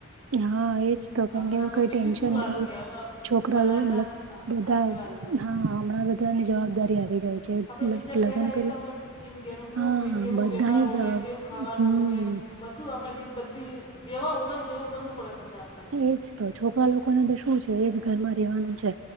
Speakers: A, on the right; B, on the left.
A: હા એજ. તો કોઈ
B: અમે આપણે બીજી
A: ટટેન્શન
B: શરૂઆત
A: ન
B: કરીએ હવે
A: છોકરા
B: પરાયાના
A: લોો મલબ બધા
B: સાચી વાત છે
A: હા હમણાં બધા ની જવાબદારી આવી જાય છે.
B: આપડણે બીજા
A: લગ્ન
B: ઘેરએ
A: પેલા
B: તો એન ઘેર
A: હા
B: કેવ કેવો
A: બધાની
B: વ્યવહાર હોવે
A: જવાબ
B: કેવું ખાવાનું
A: હમ્મ.
B: હોવે બધું આપણે રીત બદલી જેવા હોય ને જેવું બનવું પડે પછી આપણે.
A: એજ તો છોકરા લોકોને તો શું છે એજ ઘર માં રેવાનું છે.